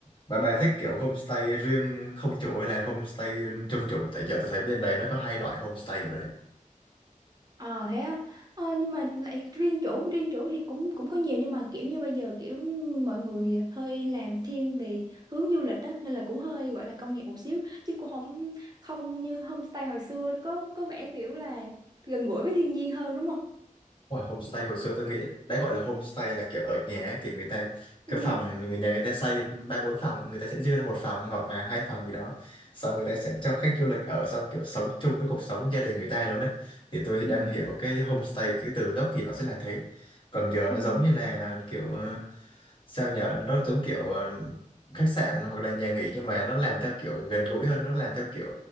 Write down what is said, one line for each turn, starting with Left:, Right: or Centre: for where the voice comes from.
Left: bà bà thích kiểu homestay riêng không chủ hay là homestay trong chủ tại giờ tôi thấy bên đây nó có hai loại homestay ở đây
Right: Ờ thế á ờ, nhưng mà lại riêng chủ riêng chủ thì cũng cũng có nhiều nhưng mà kiểu như bây giờ kiểu mọi người hơi làm thiên về hướng du lịch đó nên là cũng hơi gọi là công nghiệp một xíu chứ cũng không không như homestay hồi xưa có có vẻ kiểu là gần gũi với thiên nhiên hơn đúng không?
Left: Ngoài homestay hồi xưa tôi nghĩ đã gọi là homestay là kiểu ở nhà ấy, thì người ta cái
Right: Ừ
Left: phòng người nhà người ta xây ba bốn phòng người ta sẽ dư ra một phòng hoặc là hai phòng gì đó xong người ta sẽ cho khách du lịch ở xong kiểu sống chung với cuộc sống gia đình người ta luôn đấy thì tôi
Right: ừ
Left: đang hiểu cái homestay cái từ gốc thì nó sẽ là thế còn giờ
Right: ừ
Left: nó giống như là kiểu ờ, sao nhở nó giống kiểu ờ, khách sạn hoặc là nhà nghỉ nhưng mà nó làm theo kiểu gần gũi hơn nó làm theo kiểu